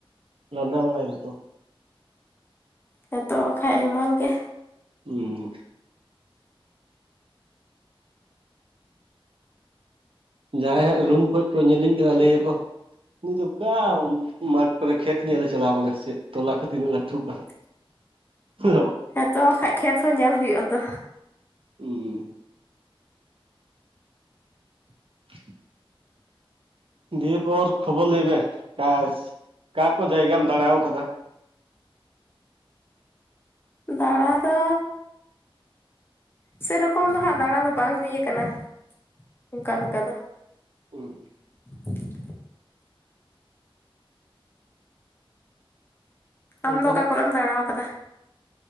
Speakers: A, on the right (about 70°); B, on the left (about 25°).
A: ᱞᱟᱸᱫᱟ ᱵᱟᱲᱟ ᱭᱮᱫᱟᱠᱚ᱾
B: ᱦᱮᱛᱚ ᱵᱟᱠᱷᱟᱡ ᱦᱮᱢᱟᱞ ᱜᱮ᱾
A: ᱦᱩᱸ ᱡᱟᱦᱟᱸᱭ ᱦᱟᱸᱜ ᱨᱩᱢ ᱠᱷᱚᱡ ᱠᱚ ᱧᱮᱞᱤᱧ ᱠᱟᱱᱟ ᱞᱟᱹᱭᱟᱠᱚ ᱩᱱᱤ ᱫᱚ ᱫᱚᱠᱟ ᱢᱟᱴᱷ ᱠᱚᱨᱮ ᱠᱷᱮᱛ ᱧᱮᱞᱮ ᱪᱟᱞᱟᱣ ᱠᱟᱱᱟ ᱥᱮ ᱪᱮᱫ ᱛᱚᱞᱟ ᱠᱚ ᱛᱤᱱᱟᱹᱜ ᱞᱟᱹᱴᱩᱜ ᱠᱟᱱ
B: <inaudible>
A: ᱦᱮᱞᱳ
B: ᱦᱮᱸᱛᱚ ᱵᱟᱠᱷᱟᱡ ᱠᱷᱮᱛ ᱦᱚᱸ ᱧᱮᱞ ᱦᱩᱭᱩᱜ ᱟ ᱛᱚ᱾
A: ᱩ <inaudible> ᱫᱤᱭᱟ ᱯᱚᱨ ᱠᱷᱚᱵᱚᱨ ᱞᱟᱹᱭ ᱢᱮ ᱟᱠᱟᱥ ᱚᱠᱟ ᱠᱚ ᱡᱟᱭᱜᱟᱢ ᱫᱟᱬᱟᱣ ᱠᱟᱫᱟ?
B: ᱫᱟᱬᱟ ᱫᱚ ᱥᱮᱨᱚᱠᱚᱢ ᱫᱚ ᱦᱟᱸᱜ ᱫᱟᱬᱟ ᱫᱚ ᱵᱟᱝ ᱦᱩᱭᱩᱭᱟᱠᱟᱱᱟ ᱚᱱᱠᱟᱞᱮᱠᱟ ᱫᱚ
A: ᱦᱩᱸ
B: <inaudible> ᱟᱢᱫᱚ
A: ᱚᱱᱠᱟᱱᱟᱜ
B: ᱚᱠᱟ ᱠᱚᱨᱮᱢ ᱫᱟᱬᱟᱣ ᱠᱟᱫᱟ?